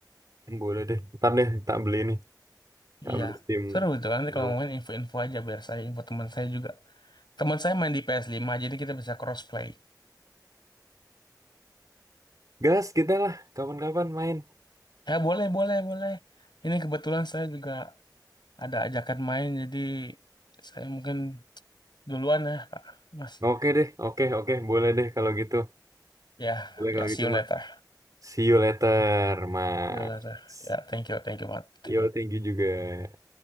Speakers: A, on the right; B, on the left.
A: Boleh deh. Ntar deh, tak beli nih. Tak
B: Iya.
A: beli Steam
B: Seru itu kan. Nanti kalau
A: Wallet.
B: ngomongin info-info aja biar saya info teman saya juga. Teman saya main di ps lima jadi kita bisa crossplay.
A: Gas kita lah, kapan-kapan main.
B: Ya boleh, boleh, boleh. Ini kebetulan saya juga ada ajakan main jadi saya mungkin duluan ya Pak. Mas.
A: Oke deh, oke, oke. Boleh deh kalau gitu.
B: Ya,
A: Boleh kalau
B: ya see
A: gitu,
B: you later.
A: Mas. See you later, Mas.
B: Yola, ya, thank you, thank you, Mat. Thank
A: Yo,
B: you.
A: thank you juga.